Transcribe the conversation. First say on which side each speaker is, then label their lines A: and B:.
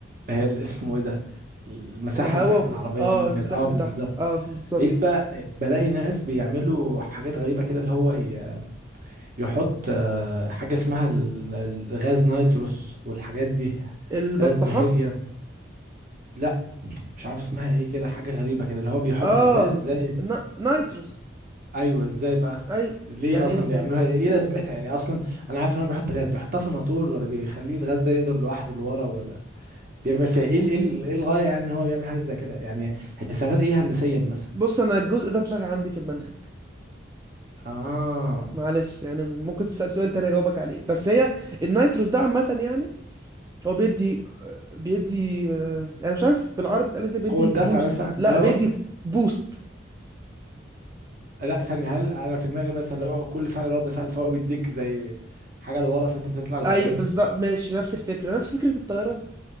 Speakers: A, on the right; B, on the right.
A: هي اسمه ايه ده المساحه
B: الهوا
A: اللي تحت
B: وك...
A: العربيه
B: اه
A: يعني وكده
B: المساحه
A: اه
B: اللي
A: بالظبط
B: تحت اه بالظبط
A: ايه بقى بلاقي ناس بيعملوا حاجات غريبة كده اللي هو ي- يحط آه، حاجة اسمها ال- ال- غاز نيتروس والحاجات دي
B: البطاحات
A: غاز هيليوم لا مش عارف اسمها ايه كده حاجة غريبة كده اللي هو بيحط
B: اه
A: غاز زي
B: نا... نايتروس
A: ايوه ازاي بقى
B: اي
A: ليه
B: يعني
A: اصلا
B: ايه ازاي
A: بيعملوها ايه لازمتها يعني اصلا انا عارف ان هو بيحط غاز بيحطها في الموتور ولا بيخليه الغاز ده يضرب لوحده لورا ولا بيعمل فيها ايه ال- ايه ال- إيه الغاية يعني ان هو بيعمل حاجة زي كده يعني هيستفاد ايه هندسيا مثلا
B: بص انا الجزء ده اتلغى عندي في المنهج
A: اه
B: معلش يعني ممكن تسأل سؤال تاني اجاوبك عليه بس هي النيتروس ده عامة يعني هو بيدي بيدي آه، يعني مش عارف بالعربي اتقال ازاي بيدي
A: قوة دفع
B: بوست
A: مثلا
B: لا
A: اللي هو
B: بيدي بوست
A: لا ثانية هل انا في دماغي مثلا لو كل فعل رد فعل فهو بيديك زي حاجة لورا فانت بتطلع لقدام
B: ايوه بالظبط ماشي نفس الفكرة نفس فكرة الطيارات